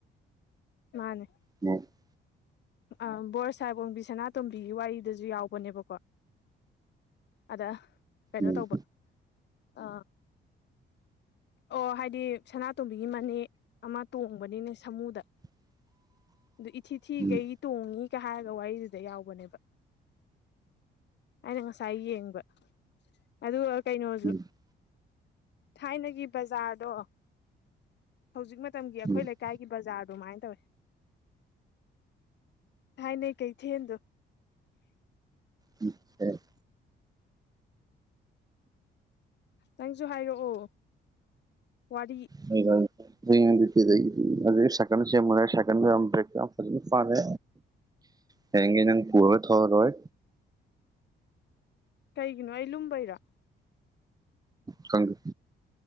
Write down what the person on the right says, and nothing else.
ꯎꯣꯏ <inaudible>
ꯎꯝ
<unintelligible>
ꯎꯝ
ꯎꯝ
ꯎꯝ
ꯎꯦ <unintelligible>
ꯍꯒ <inaudible> ꯑꯗꯨꯗꯒꯤ ꯁꯥꯏꯀꯟꯅ ꯆꯦꯟꯕꯅꯤ ꯁꯥꯏꯀꯟꯗꯣ ꯕ꯭ꯔꯦꯛ ꯌꯥꯎꯇꯕꯒꯤ ꯐꯔꯦ ꯍꯌꯦꯡꯒꯩ ꯅꯪ ꯄꯨꯔꯣꯏ ꯊꯥꯎꯔꯔꯣꯏ
ꯈꯪꯗꯦ